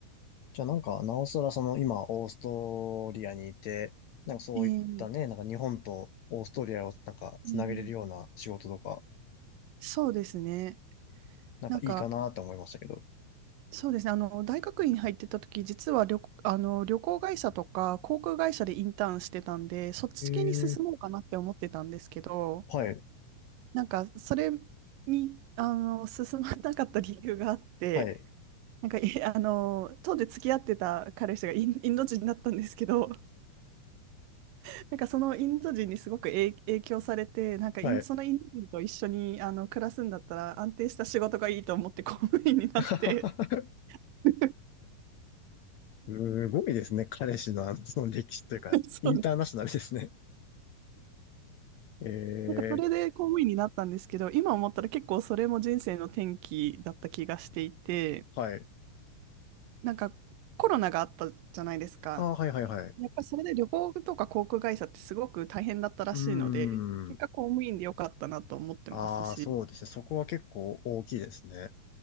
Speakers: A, on the left; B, on the right.
A: じゃあなんか、なおさらその今、オーストリアにいて、なんかそういったね、
B: い、えー
A: なんか日本とオーストリアをなんかつなげれるような仕事とか、
B: えーそうですね。
A: なんかいいかなって思いましたけど。
B: なんかそうですね。あの、大学院に入ってた時、実は旅、あの、旅行会社とか航空会社でインターンしてたんで、そっち系に進もうかなって思ってたんですけど、
A: ええ、はい、
B: なんか、それに、あの、進まなかった理由があって、
A: はい、
B: なんか、い <laughs> あの、当時付き合ってた彼氏がイン、インド人だったんですけど、<laughs> なんかそのインド人にすごく影、影響されて、なんかイン、
A: はい。
B: そのインド人と一緒に、あの、暮らすんだったら安定した仕事がいいと思って公務員になって、
A: <laughs>
B: <laughs>
A: すごいですね。彼氏のあの、その歴史というか、
B: そう
A: インターナショナルですね。ええ、
B: なんかそれで公務員になったんですけど、今思ったら結構それも人生の転機だった気がしていて、
A: はい。
B: なんかコロナがあったじゃないですか。
A: あ、はいはいはい。
B: やっぱりそれで旅行とか航空会社ってすごく大変だったらしいので、
A: うーん。
B: 結果公務員でよかったなと思ってますし、
A: ああ、そうですね。そこは結構大きいですね。